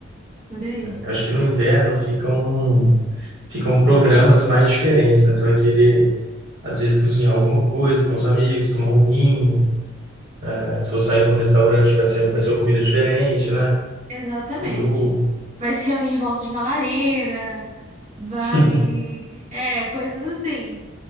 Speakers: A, on the right; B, on the right.
A: Por aí.
B: acho que no inverno ficam, ficam programas mais diferentes, né? Você vai querer, às vezes, cozinhar alguma coisa com os amigos, tomar um vinho. né? Se for sair para um restaurante, vai ser, vai ser uma comida diferente, né?
A: Exatamente.
B: Eu.
A: Vai se reunir em volta de uma lareira, vai.
B: <laughs>
A: É, coisas assim.